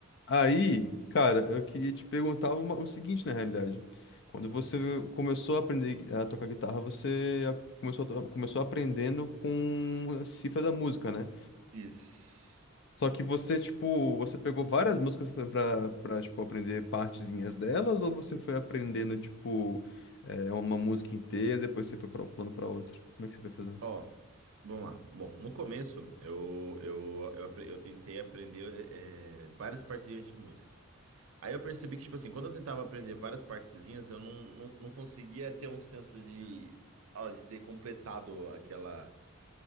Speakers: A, on the left; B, on the right.
A: Aí, cara, eu queria te perguntar uma- o seguinte, na realidade. Quando
B: hum,
A: você começou a aprender a tocar guitarra, você a- começou, a to- começou aprendendo com a cifra da música, né?
B: Isso.
A: Só que você, tipo, você pegou várias músicas pra, pra, pra, tipo, aprender partezinhas delas, ou você foi aprendendo, tipo, é, uma música inteira, depois você foi pra um plano pra outro? Como é que você foi fazendo?
B: Ó, vamos lá. Bom, no começo eu, eu, eu, apre- eu tentei aprender eh, várias partezinhas de música. Aí eu percebi que, tipo assim, quando eu tentava aprender várias partezinhas, eu não, não, não conseguia ter um senso de, ah, de ter completado aquela.